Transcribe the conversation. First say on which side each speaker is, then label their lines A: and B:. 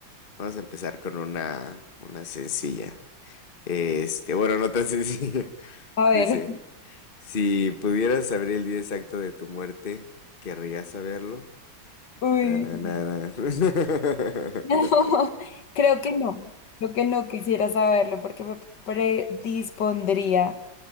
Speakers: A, on the left; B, on the left.
A: Vamos a empezar con una, una sencilla. Este, bueno, no tan <laughs> sencilla.
B: A ver.
A: Dice, si pudieras saber el día exacto de tu muerte, ¿querrías saberlo?
B: <laughs> Uy.
A: Tananana.
B: <laughs>
A: <laughs>
B: No, creo que no. Creo que no quisiera saberlo porque me predispondría